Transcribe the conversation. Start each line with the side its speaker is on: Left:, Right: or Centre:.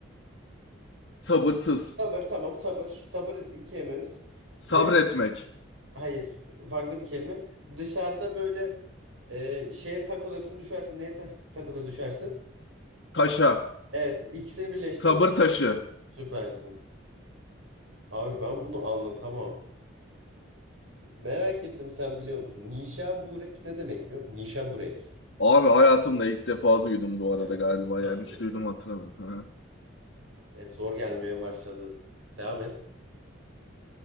Left: Sabırsız.
Right: Sabır tamam sabır. Sabır ilk kelimemiz.
Left: Sabretmek.
Right: Ee, hayır farklı bir kelime. Dışarıda böyle e, şeye takılırsın düşersin. Neye ta- takılır düşersin?
Left: Taşa.
Right: Evet ikisini birleştir.
Left: Sabır taşı.
Right: Süpersin. Abi ben bunu anlatamam. Merak ettim sen biliyor musun? Nişaburek ne demek biliyor musun? Nişaburek.
Left: Abi hayatımda ilk defa duydum bu arada
Right: Evet
Left: galiba
Right: nasıl
Left: yani
Right: anlatayım?
Left: hiç duydum hatırlamıyorum. Aha.
Right: Evet zor gelmeye başladı. Devam et.